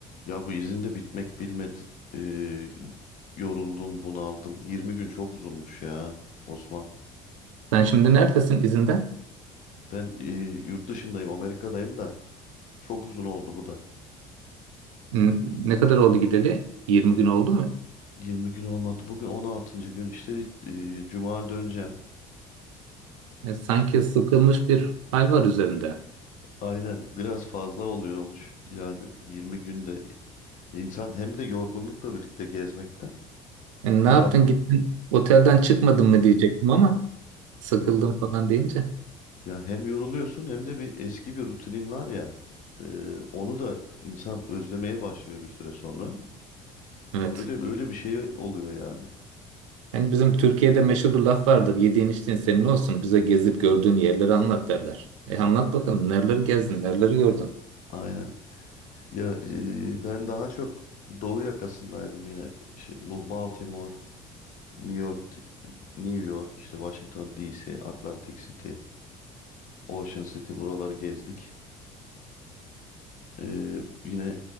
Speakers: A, on the left; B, on the right.
A: Ya bu izin de bitmek bilmedi. Ee, yoruldum, bunaldım. 20 gün çok uzunmuş ya Osman.
B: Sen şimdi neredesin izinde?
A: Ben e, yurt dışındayım, Amerika'dayım da çok uzun oldu bu da.
B: N- Ne kadar oldu gideli? 20 gün oldu mu?
A: 20 gün olmadı. Bugün on altıncı gün işte e, Cuma döneceğim.
B: E, sanki sıkılmış bir hal var üzerinde.
A: Aynen biraz fazla oluyormuş. Yani 20 günde insan hem de yorgunlukla birlikte gezmekten
B: E, ne yaptın
A: biraz da
B: gittin otelden çıkmadın mı diyecektim ama sıkıldım
A: yok.
B: falan deyince.
A: Ya hem yoruluyorsun hem de bir eski bir rutinin var ya. e, onu da insan özlemeye başlıyor bir süre sonra.
B: Evet.
A: Öyle öyle bir şey oluyor yani.
B: Yani bizim Türkiye'de meşhur bir laf vardır. Yediğin içtiğin senin olsun. Bize gezip gördüğün yerleri anlat derler. E anlat bakalım. Nereleri gezdin? Nereleri gördün?
A: Aynen. Ya e, ben daha çok Doğu yakasındaydım yine. Şey, bu Baltimore, New York, New York, işte Washington DC, Atlantic City, Ocean City buraları gezdik. E, yine